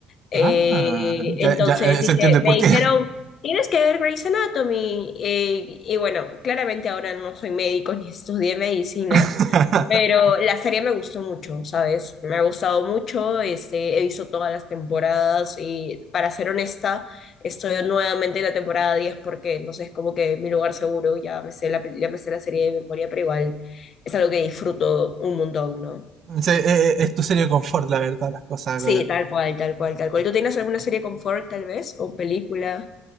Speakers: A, on the left; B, on the right.
A: eh,
B: Ah,
A: entonces
B: ya, ya, eh,
A: dije,
B: se entiende el
A: me
B: porqué.
A: dijeron, tienes que ver Grey's Anatomy. Eh, y bueno, claramente ahora no soy médico <laughs> ni estudié medicina,
B: <laughs>
A: pero la serie me gustó mucho, ¿sabes? Me ha gustado mucho, este, he visto todas las temporadas y para ser honesta, estoy nuevamente en la temporada 10 porque, no sé, es como que mi lugar seguro, ya me sé la, pel- ya me sé la serie de memoria, pero igual es algo que disfruto un montón, ¿no?
B: Sí, eh, eh, es tu serie de confort, la verdad, las cosas.
A: Sí,
B: weón.
A: tal cual, tal cual, tal cual. ¿Tú tienes alguna serie confort, tal vez? ¿O película?